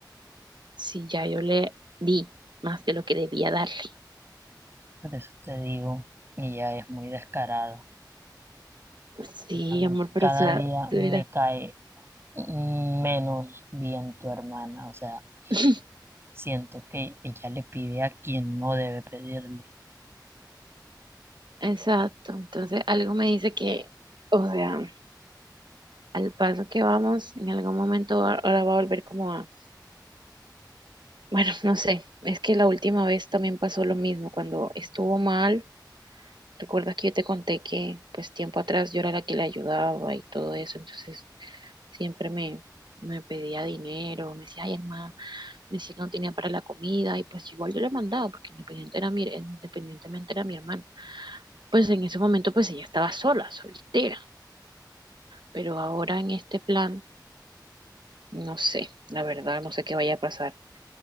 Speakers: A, on the right (about 80°); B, on the right (about 30°).
A: Si ya yo le di más de lo que debía darle.
B: Por eso te digo, ella es muy descarada.
A: Sí,
B: Realmente
A: amor, pero
B: cada
A: o sea,
B: día me
A: tú dirás.
B: cae menos bien tu hermana. O sea,
A: <laughs>
B: siento que ella le pide a quien no debe pedirle.
A: Exacto. Entonces, algo me dice que, o sea, al paso que vamos, en algún momento va- ahora va a volver como a. Bueno, no sé. Es que la última vez también pasó lo mismo. Cuando estuvo mal, recuerdas que yo te conté que, pues, tiempo atrás yo era la que le ayudaba y todo eso. Entonces. siempre me, me pedía dinero, me decía, ay, hermano, me decía que no tenía para la comida, y pues igual yo le mandaba, porque independiente era mi, independientemente era mi hermana. Pues en ese momento, pues ella estaba sola, soltera, pero ahora en este plan, no sé, la verdad, no sé qué vaya a pasar.